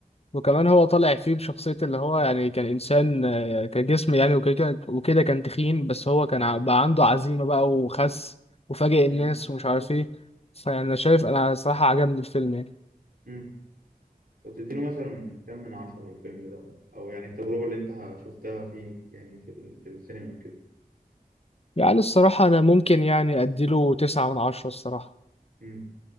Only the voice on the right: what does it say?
امم
امم طب تديله مثلا كم من عشرة الفيلم ده أو يعني التجربة اللي أنت شفتها فيه يعني في ال- في السينما وكده
امم